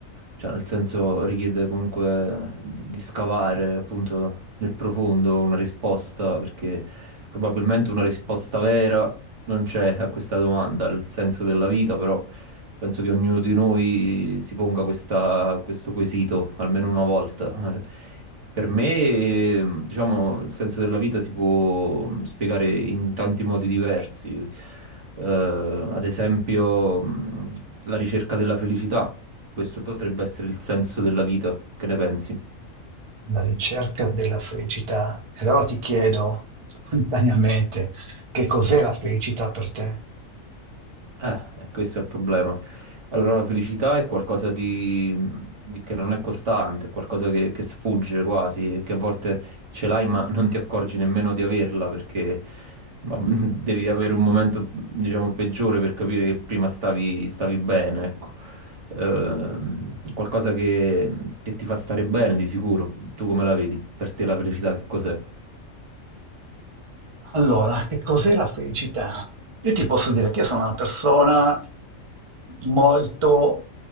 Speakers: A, on the right; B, on the right.
A: cioè nel senso richiede comunque di, di scavare appunto nel profondo una risposta, perché probabilmente una risposta vera non c'è a questa domanda, il senso della vita, però Penso che ognuno di noi si ponga questa- questo quesito almeno una volta. Eh, Per me, eh, diciamo, il senso della vita si può spiegare in tanti modi diversi. Eh, ad esempio, mh, la ricerca della felicità. Questo potrebbe essere il senso della vita. Che ne pensi?
B: la ricerca della felicità. E allora ti chiedo spontaneamente che cos'è la felicità per te?
A: Eh, e questo è il problema. Allora, la felicità è qualcosa di, di- che non è costante, è qualcosa che, che sfugge quasi, e che a volte ce l'hai ma non ti accorgi nemmeno di averla perché ma, <laughs> devi avere un momento, diciamo, peggiore per capire che prima stavi, stavi bene, ecco. Ehm, qualcosa che, che ti fa stare bene di sicuro. Tu come la vedi? Per te la felicità che cos'è?
B: Allora, che cos'è la felicità? Io ti posso dire che io sono una persona molto,